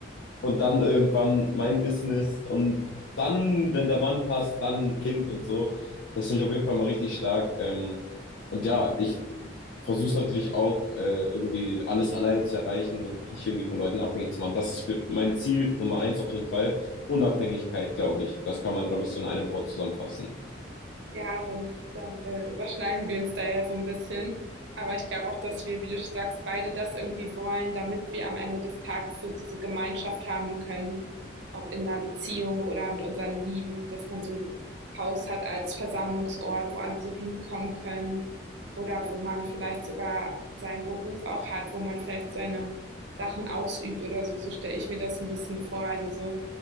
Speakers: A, on the left (about 75°); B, on the right (about 65°).
A: und dann irgendwann mein Business und dann, wenn der Mann passt, dann ein Kind und so. Das finde ich auf jeden Fall mal richtig stark. Ähm, und ja, ich versuche natürlich auch, äh, irgendwie alles alleine zu erreichen und mich nicht irgendwie von Leuten abhängig zu machen. Das ist für mein Ziel Nummer eins auf jeden Fall. Unabhängigkeit, glaube ich. Das kann man, glaube ich, so in einem Wort zusammenfassen.
B: Ja, dann, dann äh, überschneiden wir uns da ja so ein bisschen. Aber ich glaube auch, dass wir, wie du sagst, beide das irgendwie wollen, damit wir am Ende des Tages so diese Gemeinschaft haben können, ob in einer Beziehung oder mit unseren Lieben, dass man so ein Haus hat als Versammlungsort, wo alle so hinkommen können oder wo man vielleicht sogar seinen Beruf auch hat, wo man vielleicht seine Sachen ausübt oder so. So stelle ich mir das ein bisschen vor. Also so